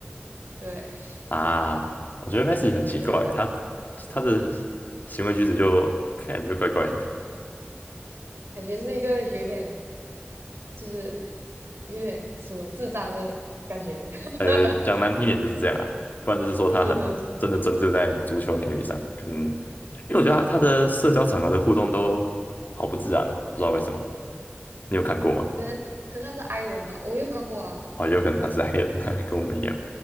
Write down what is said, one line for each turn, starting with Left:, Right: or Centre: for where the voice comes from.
Right: 对
Left: 啊，我觉得 Messi 很奇怪欸，
Right: 对，
Left: 他他的行为举止就看起来就怪怪的，
Right: 感觉是一个有点就是有点什么智障的感觉。<laughs>
Left: <laughs> 呃，讲难听点就是这样啊，不然就是说他很真的专注在足球领域上，
Right: 对对对，
Left: 可能因为我觉得他他的社交场合的互动都好不自然哦，不知道为什么。你有看过吗？
Right: 可能可能他是 i 人吧，我有看过啊。
Left: 哦，有可能他是黑人，<laughs> 跟我们一样。